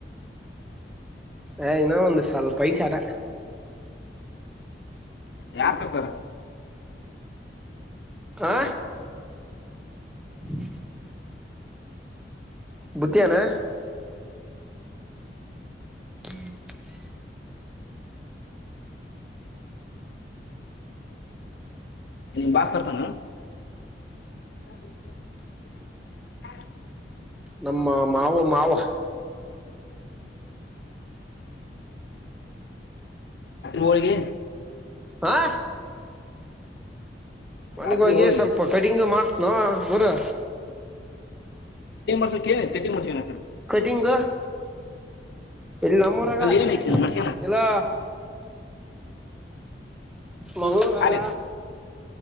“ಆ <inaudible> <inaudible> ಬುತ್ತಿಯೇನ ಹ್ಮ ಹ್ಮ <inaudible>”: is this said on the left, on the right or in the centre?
Centre